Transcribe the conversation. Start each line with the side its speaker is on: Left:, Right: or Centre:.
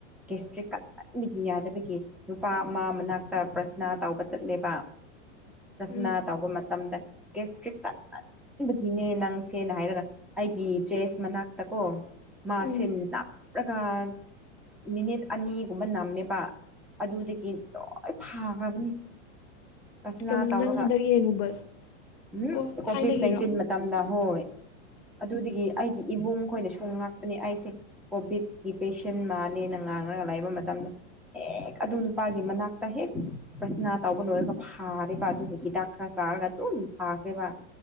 Centre: ꯀꯦꯁꯇ꯭ꯔꯤꯛ ꯀꯟꯍꯟꯕꯤꯒꯤ ꯌꯥꯗꯕꯒꯤ ꯅꯨꯄꯥ ꯃꯥ ꯃꯅꯥꯛꯇ ꯄ꯭ꯔꯊꯅꯥ ꯇꯥꯎꯧꯕ ꯆꯠꯂꯦꯕ
Left: <inaudible>
Centre: ꯔ꯭ꯔꯁꯅꯥ
Left: ꯎꯝ
Centre: ꯇꯧꯕ ꯃꯇꯝꯗ ꯒꯦꯁꯇ꯭ꯔꯤꯛ ꯀꯟꯟꯕꯒꯤꯅꯦ ꯅꯪꯁꯦꯅ ꯍꯥꯏꯔꯒ ꯑꯩꯒꯤ ꯆꯦꯁ ꯃꯅꯥꯛꯇ ꯀꯣ ꯃꯥꯁꯦꯟ
Left: ꯎꯝ
Centre: ꯅ꯭ꯔꯒꯥꯟ ꯃꯤꯅꯤꯠ ꯑꯅꯤꯒꯨꯝꯕ ꯅꯝꯃꯦꯕ ꯑꯗꯨꯗꯒꯤ ꯂꯣꯏ ꯐꯥꯈ꯭ꯔꯕꯅꯤ ꯔꯔꯊꯅꯥ
Left: ꯀꯝ
Centre: ꯇꯧꯔꯒ
Left: ꯅꯪ ꯍꯟꯗꯛ ꯌꯦꯡꯉꯨꯕ
Centre: ꯎꯝ
Left: ꯑꯣ
Centre: ꯀꯣꯚꯤꯠ
Left: ꯊꯥꯏꯅꯒꯤꯔꯣ
Centre: ꯅꯥꯏꯟꯇꯤꯟ ꯃꯇꯝꯗ ꯍꯣꯏ ꯑꯗꯨꯗꯒꯤ ꯑꯩꯒꯤ ꯏꯕꯨꯡ ꯈꯣꯏꯅ ꯁꯨꯝ ꯉꯥꯛꯄꯅꯦ ꯑꯩꯁꯦ ꯀꯣꯚꯤꯠꯀꯤ ꯄꯦꯁꯦꯟ ꯃꯥꯜꯂꯦꯅ ꯉꯥꯡꯔꯒ ꯂꯩꯕ ꯃꯇꯝꯗ ꯍꯦꯛ ꯑꯗꯨ ꯅꯨꯄꯥꯒꯤ ꯃꯅꯥꯛꯇ ꯍꯦꯛ ꯄ꯭ꯔꯊꯅꯥ ꯇꯧꯕ ꯂꯣꯏꯔꯒ ꯐꯥꯔꯦꯕ ꯑꯗꯨꯒ ꯍꯤꯗꯥꯛ ꯈꯔ ꯇꯥꯔꯒ ꯇꯨꯝ ꯐꯥꯈ꯭ꯔꯦꯕ